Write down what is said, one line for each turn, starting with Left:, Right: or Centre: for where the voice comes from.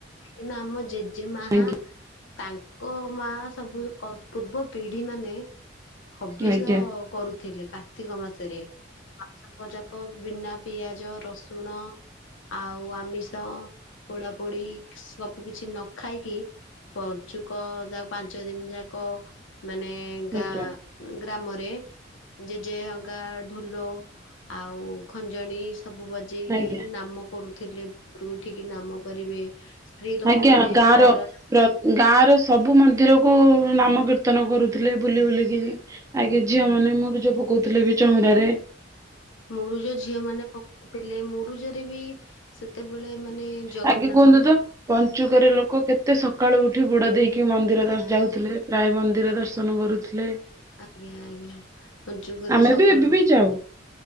Left: କିନା ଆମ ଜେଜେମାହା
Right: ଆଜ୍ଞା
Left: ତାଙ୍କ ମା ସବୁ କ ପୂର୍ବ ପିଢି ମାନେ ହବିଷ
Right: ଆଜ୍ଞା
Left: କରୁଥିଲେ କାର୍ତ୍ତିକ ମାସରେ ମାସକ ଯାକ ବିନା ପିଆଜ, ରସୁଣ ଓ ଆମିଷ ପୋଡା ପୋଡି ସବୁ କିଛି ନ ଖାଇକି ପଞ୍ଚୁକ ଯା ପାଞ୍ଚ ଦିନ ଯାକ ମାନେ ଗାଁ
Right: ଆଜ୍ଞା
Left: ଗ୍ରାମରେ ଜେଜେ ଅଙ୍କା ଢୋଲ ଆଉ ଖଞ୍ଜଣି ସବୁ ବ ଜେଇକି
Right: ଆଜ୍ଞା
Left: ନାମ କରୁଥିଲେ। ଭୋରୁ ଉଠିକି ନାମ କରିବେ। ସ୍ତ୍ରୀ ଲୋକମାନେ
Right: ଆଜ୍ଞା ଗାଁର
Left: ଚଉରା
Right: ର ଗାଁ ର ସବୁ ମନ୍ଦିରକୁ ନମ କୀର୍ତ୍ତନ କରୁଥିଲେ ବୁଲି ବୁଲି <unintelligible> ଆଗେ
Left: ଆଜ୍ଞା।
Right: ଝିଅ ମାନେ ମୁରୁଜ ପକଉଥିଲେ ବି ଚଉରାରେ।
Left: ମୁରୁଜ ଝିଅ ମାନେ ପକଉଥିଲେ ମରୁଜରେ ବି ସେତେବେଳେ ମାନେ ଜଗନ୍ନାଥଙ୍କର
Right: ଆଗେ କୁହନ୍ତୁ ତ ପଞ୍ଚୁକରେ ଲୋକ କେତେ ସକାଳୁ ଉଠି ବୁଡ ଦେଇକି ମନ୍ଦିର
Left: ଆଜ୍ଞା
Right: ଯାଉଥିଲେ। ପ୍ରାୟ ମନ୍ଦିର ଦର୍ଶନ କରୁଥିଲେ।
Left: ଆଜ୍ଞା ଆଜ୍ଞା ପଞ୍ଚୁକରେ
Right: ଆମେ
Left: ସକାଳୁ
Right: ବି ଏବେ
Left: ଉଠି
Right: ବି ଯାଉ